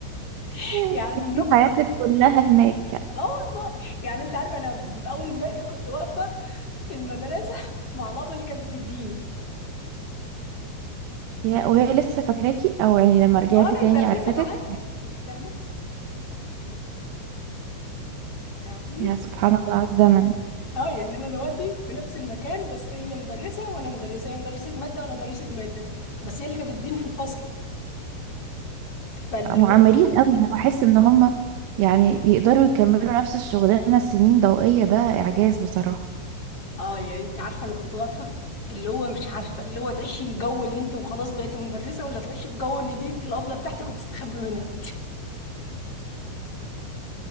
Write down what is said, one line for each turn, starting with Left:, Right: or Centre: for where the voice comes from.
Left: <laughs>
Right: <laughs>
Left: يعني
Right: إنتي
Left: نكته
Right: حياتك كلها هناك
Left: اه والله يعني انت عارفه انا اول امبارح كنت واقفه في المدرسه مع الابله اللي كانت بتديني
Right: يا وهي لسه فاكراكي او يعني لما رجعتي
Left: ما انا
Right: تاني
Left: مدرسه
Right: عرفتك
Left: معاها انت فاهمه يعني
Right: يا سبحان الله على الزمن
Left: اه يعني انا دلوقتي في نفس المكان بس هي مدرسه وانا مدرسه هي مدرسه ماده وانا مدرسه ماده بس هي اللي كانت بتديني في الفصل فاللي
Right: معمرين
Left: هو
Right: قوي انا بحس ان هم يعني بيقدروا يكملوا نفس الشغلانه سنين ضوئيه ده اعجاز بصراحه
Left: اه يعني انت عارفه انا كنت واقفه اللي هو مش عارفه اللي هو تعيشي جو ان انت وخلاص بقيت مدرسه ولا تعيشي في جو ان دي دي الابله بتاعتك وتستخبي منها